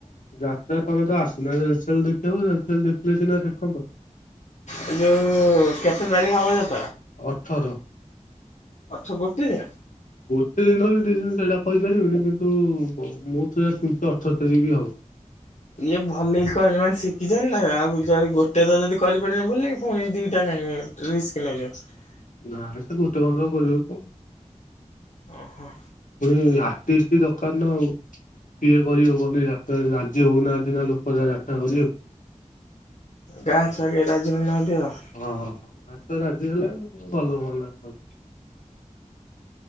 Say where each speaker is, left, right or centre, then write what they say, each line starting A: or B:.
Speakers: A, on the left (about 85°); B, on the left (about 65°).
A: ଯାତ୍ରା ତମେ ତ ଆସୁନା ରେଲସେଲ ଦେକ୍ <inaudible> ଥିଲେ ସିନା ଦେଖନ୍ତୁ।
B: ଏ ଯୋଉ କେତେ ତାରିଖ ହେବ।
A: ଅଠର
B: ଅଠର ଗୋଟେ ଦିନ
A: ଗୋଟେ ଦିନ ଦି <inaudible> ସେଇଟା। କହିପାରିବିନି କିନ୍ତୁ ମୁଁ ତ ଯ ଶୁଣିଛି ଅଠର ତାରିଖି ଆଉ
B: ଇଏ ଭଲ ହେଇ ମାନେ ଶିଖିଛନ୍ତି ନା ଆଉ ଗୋଟେ ତ ଯଦି କରିପାରିବେ ବ ପୁଣି ଦିଟା କାହିଁ ରିସ୍କ ନେଉଛନ୍ତି।
A: ନା ସେ ଗୋଟେ କଧ କରିବେ କଣ।
B: ଓ ହୋ
A: ଏଇ ଆର୍ଟିଷ୍ଟ ଦରକାର ନା ଆଉ କିଏ କର କନି ଯାତ୍ରା ରାଜି ହଉନାହାନ୍ତି ନା ଲୋକ ଯାତ୍ରା କରିବାକୁ।
B: ଡ୍ୟାସପାଇଁ କେହି ରାଜି ହଉନାହାନ୍ତି। ଆଉ
A: ହଁ <inaudible> ବୁଝି ହେଲେ। ଭଲ ହୁଅନ୍ତା।